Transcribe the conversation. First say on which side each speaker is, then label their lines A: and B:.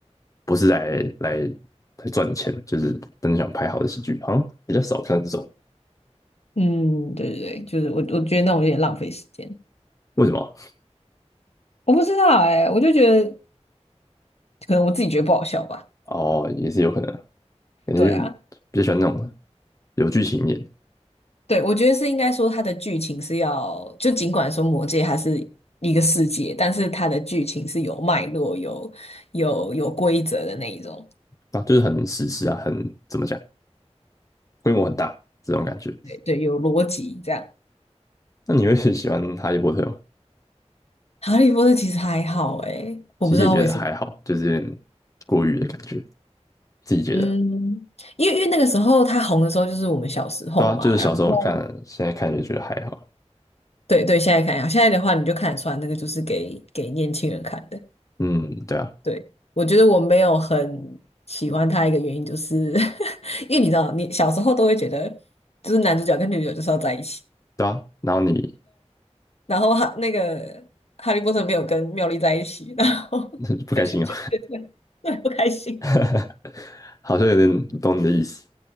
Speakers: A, on the left; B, on the left.
A: 不是来来来赚钱，就是真的想拍好的喜剧，好像比较少看到这种。
B: 嗯，对对对，就是我我觉得那种有点浪费时间，
A: 为什么？
B: 我不知道哎、我就觉得可能我自己觉得不好笑吧，
A: 哦，也是有可能啊，感觉就比较喜欢那种
B: 对啊。
A: 有剧情一点
B: 对，我觉得是应该说它的剧情是要，就尽管说《魔界它是一个世界，但是它的剧情是有脉络、有有有规则的那一种，
A: 啊，就是很史诗啊，很怎么讲，规模很大这种感觉。
B: 对对，有逻辑这样。
A: 那你会 <laughs> 喜欢哈利波特吗？
B: 《哈利波特》其实还好诶，我不知道为什么，
A: 其实也觉得还好，就是有点过誉的感觉，自己觉得。
B: 嗯，因为因为那个时候它红的时候就是我们小时候嘛，
A: 对啊，就是小时候看，
B: 然后
A: 现在看也觉得还好。
B: 对对，现在看一下，现在的话你就看得出来，那个就是给给年轻人看的。
A: 嗯，对啊，
B: 对，我觉得我没有很喜欢他一个原因，就是 <laughs> 因为你知道，你小时候都会觉得，就是男主角跟女主角就是要在一起，
A: 对啊。然后你
B: 然后哈那个哈利波特没有跟妙丽在一起，然后
A: <laughs>
B: <laughs>
A: 不开心哦，
B: 我就觉得对不开心。
A: <laughs> 好像有点懂你的意思，